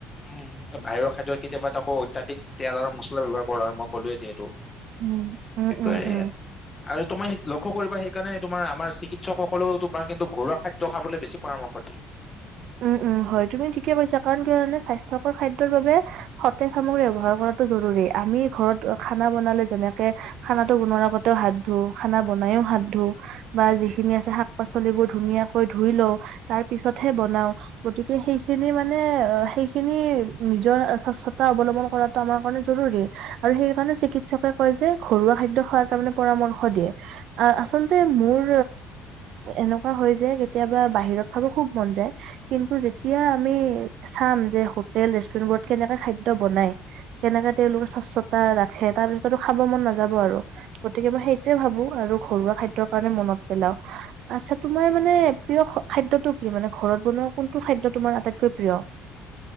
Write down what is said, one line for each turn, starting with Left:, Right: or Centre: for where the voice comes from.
Left: উ বাহিৰৰ খাদ্য কেতিয়াবাত আকৌ অত্যাধিক তেল আৰু মছলা ব্যৱ্হাৰ কৰা হয় মই ক'লোৱৱে যিহেতু
Right: উম উম উম
Left: আৰু <unintelligible>
Right: উম
Left: আৰু তুমি লক্ষ্য কৰিবা এক কাৰণে তোমাৰ আমাৰ চিকিৎসক সকলোৱও তোমাৰ কিন্তু ঘৰুৱা খাদ্য খাবলৈ বেছি পৰামৰ্শ দিয়ে
Right: উম উম হয় তুমি ঠিকে কৈছা কাৰণ কি স্বাস্থ্যকৰ খাদ্যৰ বাবে সতেজ সামগ্ৰী ব্যৱ্হাৰ কৰাটো জৰুৰী আমি ঘৰত খানা বনালে যেনেকে খানাটো বুনোৱাৰ আগতেও হাত ধু খানা বনাইও হাত ধো বা যিখিনি আছে শাক পাচলিবোৰ ধুনীয়াকৈ ধুই লও তাৰ পিছতহে বনাও বনোৱা গতিকে সেইখিনি মানে সেইখিনি নিজৰ স্বচ্ছতা অৱলম্বন কৰাটো আমাৰ কাৰণে জৰুৰী আৰু সেই কাৰণে চিকিৎসকে কয় যে ঘৰুৱা খাদ্য খোৱাৰ তাৰমানে পৰামৰ্শ দিয়ে আহ আচলতে মোৰ এনেকুৱা হয় যে কেতিয়াবা বাহিৰত খাব খুব মন যায় কিন্তু যেতিয়া আমি চাম যে হোটেল ৰেষ্টুৰেন্ট বোৰত কেনেকে খাদ্য বনাই কেনেকে তেওঁলোকে স্বচ্ছতা ৰাখে তাৰপিছ খাব মন নাযাব আৰু গতিকে মই সেইটোয়ে ভাবো আৰু ঘৰুৱা খাদ্যৰ কাৰণে মনত পেলাও আচ্ছা তোমাৰ মানে প্ৰিয় খাদ্যটো কি মানে ঘৰত বনোৱা কোনটো খাদ্য তোমাৰ আটাইতকৈ প্ৰিয়